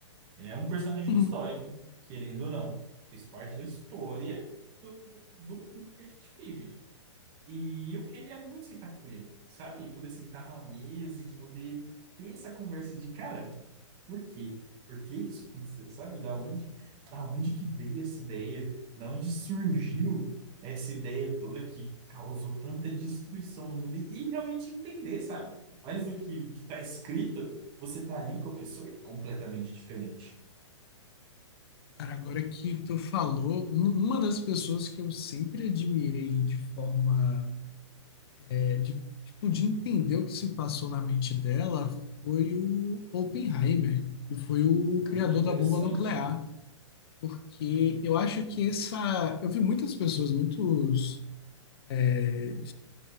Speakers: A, on the right (about 35°); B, on the left (about 50°).
A: É um personagem
B: Uhum.
A: histórico, querendo ou não. Fez parte da história do, do mundo que a gente vive. E eu queria muito sentar com ele, sabe? E poder sentar numa mesa e poder ter essa conversa de, cara, por quê? Por que que isso aconteceu, sabe? Da onde, da onde que veio essa ideia? Da onde surgiu essa ideia toda que causou tanta destruição no mundo? E, e realmente entender, sabe? Mais do que o que está escrito, você tá ali com a pessoa é completamente diferente.
B: Cara, agora que tu falou, um- uma das pessoas que eu sempre admirei de forma, é, de, tipo, de entender o que se passou na mente dela foi o Oppenheimer, que foi o
A: Olha,
B: criador
A: interessante.
B: da bomba nuclear. Porque eu acho que essa. Eu vi muitas pessoas, muitos é,